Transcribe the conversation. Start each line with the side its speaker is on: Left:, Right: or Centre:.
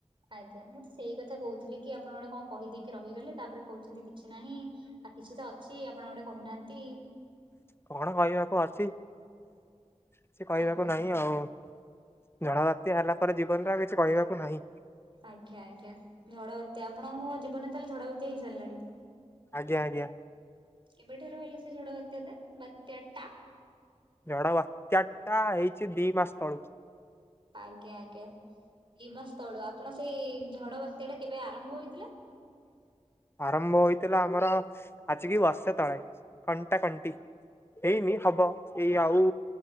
Right: ଆଜ୍ଞା, ମୁଁ ତ ସେଇ କଥା କହୁଥିଲି। କି ଆପଣ ଗୋଟେ କଣ କହିଦେଇକି ରହିଗଲେ, ତାପରେ କହୁଛନ୍ତି, କିଛି ନାହିଁ ଆ କିଛି ତ ଅଛି। ଆପଣ ଗୋଟେ କହୁନାହାନ୍ତି।
Left: କଣ କହିବାକୁ ଅଛି? କିଛି କହିବାକୁ
Right: ଆଜ୍ଞା
Left: ନାହିଁ ଆଉ। ଝଡ଼ ବାତ୍ୟା ହେଲା ପରେ ଜୀବନରେ ଆଉ କିଛି କହିବାକୁ ନାହିଁ।
Right: ଆଜ୍ଞା ଆଜ୍ଞା। ଝଡ଼ ବାତ୍ୟା ଆପଣଙ୍କ ଜୀବନରେ ତାହେଲେ ଝଡ଼ ବାତ୍ୟା ହେଇସାରିଲାଣି।
Left: ଆଜ୍ଞା ଆଜ୍ଞା।
Right: କେବେଠାରୁ ହେଲା ସେ ଝଡ଼ ବାତ୍ୟା ଟା ବାତ୍ୟା ଟା?
Left: ଝଡ ବାତ୍ୟା ଟା ହେଇଛି ଦି ମାସ ତଳୁ।
Right: ଆଜ୍ଞା ଆଜ୍ଞା। ଦି ମାସ ତଳୁ ଆପଣ ସେଇ ଝଡ଼ ବାତ୍ୟା ଟା କେବେ ଆରମ୍ଭ ହେଇଥିଲା?
Left: ଆରମ୍ଭ ହୋଇଥିଲା ଆମର ଆଜିକି ବର୍ଷେ ତଳେ କଣ୍ଟାକଣ୍ଟି। ହେଇନି ହବ। ଏଇ ଆଉ